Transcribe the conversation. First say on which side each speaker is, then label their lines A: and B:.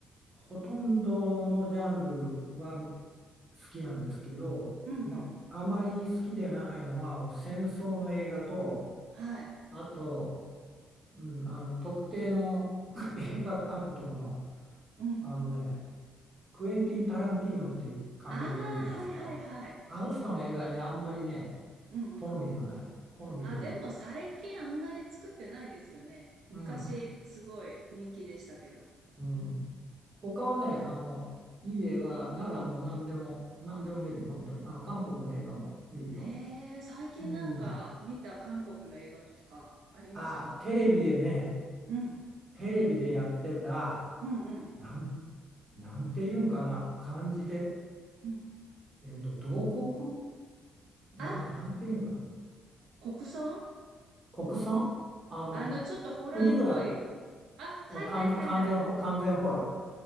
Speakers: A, on the right; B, on the right.
A: ほとんどのジャンルは好きなんですけど、
B: うんうん。
A: まあ、あまり好きでないのはあの戦争の映画と、
B: はい。
A: あと、うん、あの特定の <laughs> 映画監督の、
B: うん。
A: あのね、クエンティン・タランティーノっていう監督がいるじゃないですか。
B: ああ、はいはいはい。
A: あの人の映画ね、あんまりね、
B: うんうんうん。
A: 好みではない。好みではない。
B: あ、でも最近あんまり作ってないですよね。昔すごい人気でしたけど。
A: うん。うん。他はね、あの、いい映画ならもう何でも、何でも見るよ、本当に。あの、韓国の映画も見るよ。
B: へえ、最近なんか見た韓国の映画とかありますか
A: うん。あ、テレビでね、
B: うん。
A: テレビでやってた、
B: うんうん
A: なん、なんていうんかな、漢字で、
B: うん。
A: えっと、同国な、
B: あ、
A: なんていうんかな、
B: 国村
A: 国産あの、
B: あの、ちょっとホラーっぽい。
A: 国村、
B: あ、はいはいはいはい。
A: 完全、完全ほ、完全ほら、